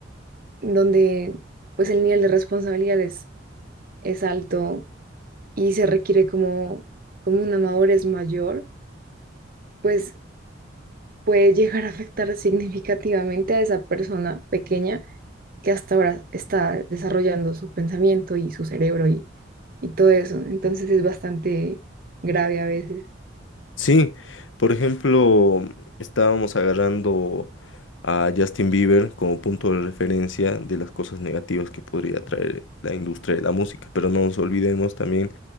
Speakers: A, on the right; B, on the left.
A: donde pues el nivel de responsabilidades es alto y se requiere como, como una madurez mayor, pues puede llegar a afectar significativamente a esa persona pequeña que hasta ahora está desarrollando su pensamiento y su cerebro y, y todo eso. Entonces es bastante grave a veces.
B: Sí, por ejemplo, estábamos agarrando a Justin Bieber como punto de referencia de las cosas negativas que podría traer la industria de la música, pero no nos olvidemos también